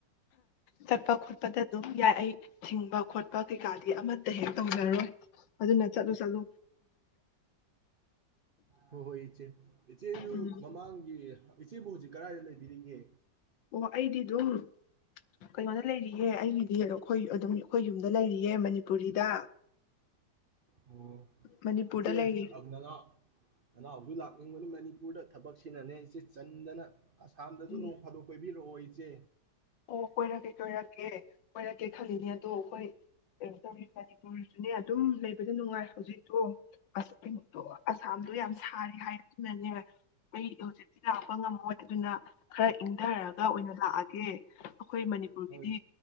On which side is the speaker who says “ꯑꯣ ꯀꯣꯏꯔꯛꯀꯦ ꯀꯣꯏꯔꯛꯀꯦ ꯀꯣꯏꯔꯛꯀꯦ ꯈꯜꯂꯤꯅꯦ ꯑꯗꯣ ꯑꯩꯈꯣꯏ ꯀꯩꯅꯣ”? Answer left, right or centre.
Left